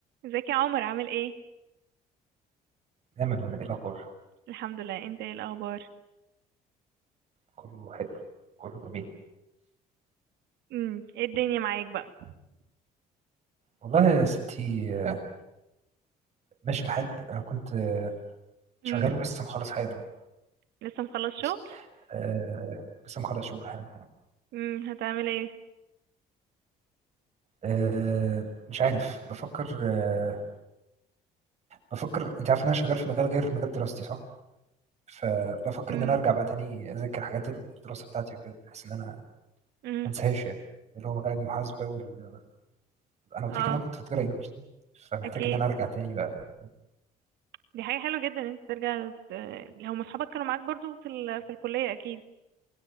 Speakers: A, on the right (about 80°); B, on the right (about 40°).
A: ازيك يا عمر عامل ايه
B: نعمل ولا ايه الاخبار
A: الحمد لله انت ايه الاخبار
B: كله حلو كله جميل
A: امم ايه الدنيا معاك بقى
B: والله يا ستي آه، ماشي الحال انا كنت آه، شغال
A: امم
B: ولسه مخلص حالا أهو،
A: لسه مخلص
B: بس
A: شغل
B: آه، لسه مخلص شغل حالا
A: امم هتعمل ايه
B: آه، مش عارف بفكر آه، بفكر انت عارف ان انا شغال في مجال غير مجال دراستي صح فبفكر
A: امم
B: ان انا ارجع بقى تاني اذاكر حاجات الدراسه بتاعتي وكده بحيث ان انا ما
A: امم
B: انساهاش يعني اللي هو مجال المحاسبه وال... انا قلت
A: اه
B: لك ان انا كنت بتجرى انجلش صح؟ فمحتاج
A: اكيد
B: ان انا ارجع تاني بقى
A: دي حاجه حلوه جدا ان انت ترجع ت- هم اصحابك كانوا معاك برضو في ال... في الكليه اكيد